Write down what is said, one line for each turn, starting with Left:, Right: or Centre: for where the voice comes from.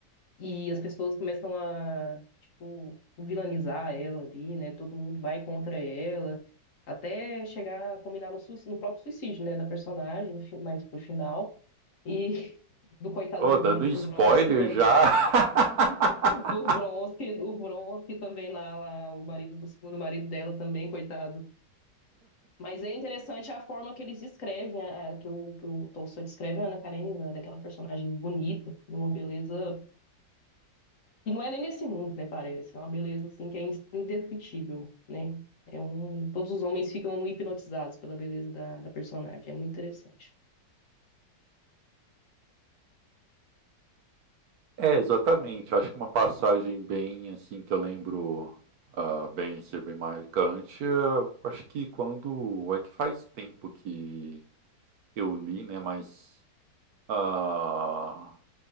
Left: e as pessoas começam a, tipo, vilanizar ela ali, né? Todo mundo vai contra ela, até chegar a combinar no, suicídio, no próprio suicídio, né, da personagem, no fi- mais pro final. E <laughs> do coitado
Right: Oh,
Left: do,
Right: dando
Left: Bron- do
Right: spoiler
Left: Vronsky, tam-
Right: já! <laughs>
Left: <laughs> do Vronsky, o Vronsky também lá, lá, o marido, o segundo marido dela também, coitado. Mas é interessante a forma que eles descrevem, é, é, que o, que o Tolstói descreve a Ana Karenina, né, daquela personagem bonita, de uma beleza que não é nem desse mundo, né, parece. É uma beleza, assim, que é indescritível, né? É um, todos os homens ficam hipnotizados pela beleza da, da personagem. É muito interessante.
Right: é, exatamente. Acho que uma passagem bem, assim, que eu lembro ah, bem ser bem marcante. eu acho que quando. É que faz tempo que eu li, né? Mas. ah,